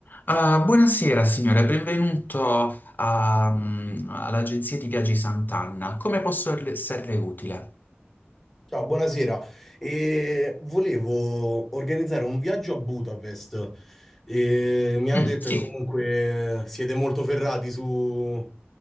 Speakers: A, on the left; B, in the centre.
A: Ah, buonasera signore, benvenuto a, mm, all'agenzia di viaggi Sant'Anna. Come posso le- esserle utile?
B: Ciao, buonasera. E volevo organizzare un viaggio a Budapest. E mi hanno
A: Mm,
B: detto
A: sì,
B: che comunque siete molto ferrati su,